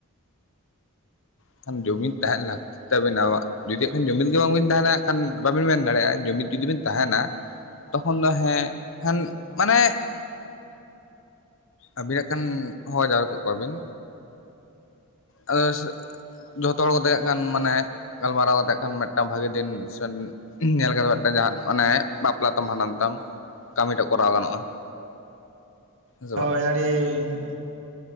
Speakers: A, on the left; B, on the right.
A: ᱮᱠᱷᱟᱱ ᱡᱩᱢᱤᱫ ᱛᱟᱦᱮᱱ ᱞᱟᱹᱠᱛᱤ ᱛᱟᱵᱤᱱᱟ ᱡᱩᱫᱤ ᱦᱟᱜ ᱠᱷᱟᱱ ᱡᱩᱢᱤᱫ ᱜᱮ ᱵᱟᱝᱵᱤᱱ ᱛᱟᱦᱮ ᱦᱟᱜ ᱠᱷᱟᱱ ᱵᱟᱹᱵᱤᱱ ᱢᱮᱱ ᱫᱟᱲᱮᱭᱟᱜᱼᱟ ᱡᱩᱢᱤᱫ ᱡᱩᱫᱤ ᱵᱤᱱ ᱛᱟᱦᱮᱱᱟ ᱛᱚᱠᱷᱚᱱ ᱫᱚ ᱦᱮᱸ ᱠᱷᱟᱱ ᱢᱟᱱᱮᱼᱼ ᱟᱹᱵᱤᱱᱟᱜ ᱠᱷᱟᱱ ᱦᱚᱦᱚ ᱡᱟᱣᱨᱟ ᱠᱮᱫ ᱠᱚᱣᱟ ᱵᱤᱱ ᱟᱫᱚ ᱡᱚᱛᱚ ᱦᱚᱲ ᱠᱟᱛᱮᱜ ᱠᱷᱟᱱ ᱢᱟᱱᱮ ᱜᱟᱞᱢᱟᱨᱟᱣ ᱠᱟᱛᱮᱜ ᱠᱷᱟᱱ ᱢᱤᱫᱴᱟᱝ ᱵᱷᱟᱹᱜᱤ ᱫᱤᱱ ᱥᱮᱼᱼ ᱤᱧ ᱧᱮᱞ ᱠᱟᱫᱟ ᱢᱤᱫᱴᱮᱱ ᱡᱟᱦᱟ ᱢᱟᱱᱮ ᱵᱟᱯᱞᱟ ᱛᱟᱢ ᱵᱷᱟᱸᱰᱟᱱ ᱛᱟᱢ ᱠᱟᱹᱢᱤᱴᱟᱜ ᱠᱚᱨᱟᱣ ᱜᱟᱱᱚᱜᱼᱟ <inaudible> ᱥᱮ ᱵᱟᱝ
B: ᱦᱳᱭ ᱟ. ᱰᱤ